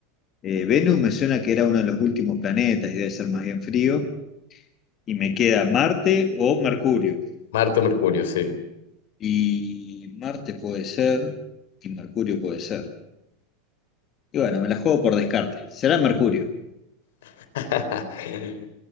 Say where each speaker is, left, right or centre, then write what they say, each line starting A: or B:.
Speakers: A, on the left; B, on the left.
A: Eh, Venus me suena que era uno de los últimos planetas y debe ser más bien frío. Y me queda Marte o Mercurio.
B: Marte o Mercurio, sí.
A: Y Marte puede ser y Mercurio puede ser. Y bueno, me la juego por descarte. Será Mercurio.
B: <laughs>